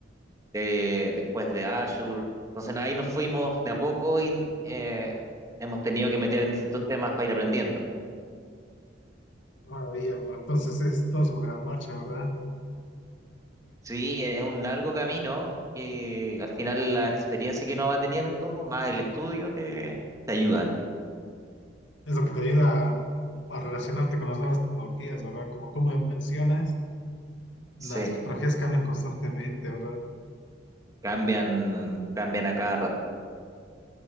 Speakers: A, on the right; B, on the left.
A: de- después de Azure. Entonces ahí nos fuimos
B: eh,
A: de a poco y eh, hemos tenido que meter en distintos temas para ir aprendiendo.
B: Maravilla, bro. Entonces es todo sobre la marcha, ¿verdad?
A: Sí, es un largo camino que al final la experiencia que uno va teniendo, más el estudio, te, te ayudan.
B: Es lo que te ayuda a, a relacionarte con las nuevas tecnologías, ¿verdad? Como tú me mencionas, las
A: Sí,
B: tecnologías cambian constantemente, ¿verdad?
A: cambian, cambian a cada rato.